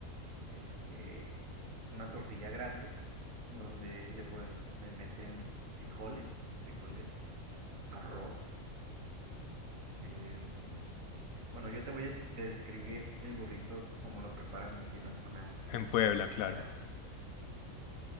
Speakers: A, on the right; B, on the left.
A: Este, una tortilla grande donde le pueden, le meten frijoles, frijoles, arroz. em, bueno, yo te voy a des- describir el burrito como lo preparan aquí en la zona céntrica
B: en Puebla, claro.
A: y ya, así es.